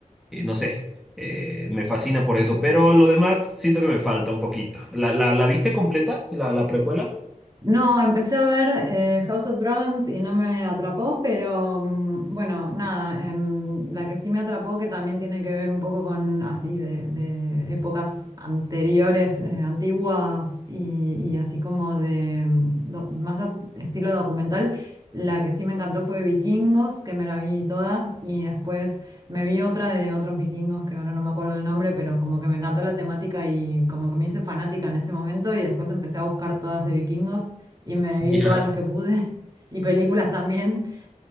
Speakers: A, in the centre; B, on the right (about 30°).
A: eh, no sé, eh, me fascina por eso, pero lo demás siento que me falta un poquito. ¿La, la, la viste completa, la, la precuela?
B: No, empecé a ver eh, House of Dragons y no me atrapó, pero mm, bueno, nada, em, la que sí me atrapó, que también tiene que ver un poco con así de, de épocas anteriores, eh, antiguas y, y así como de mm, do- más doc- estilo documental, la que sí me encantó fue Vikingos, que me la vi toda, y después me vi otra de otros vikingos que ahora no me acuerdo el nombre, pero como que me encantó la temática y como que me hice fanática en ese momento y después empecé a buscar todas de vikingos y me
A: <laughs>
B: vi todas
A: ya.
B: las que pude <laughs> y películas también.